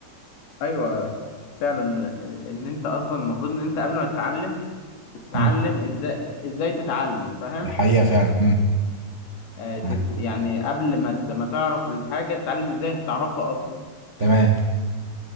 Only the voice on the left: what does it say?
ايوه فعلا ان انت اصلا المفروض ان انت قبل ما تتعلم تتعلم
ازاي ازاي تتعلم فاهم
آه تت...
يعني قبل ما ت... ما تعرف الحاجه تتعلم ازاي هتعرفها اصلا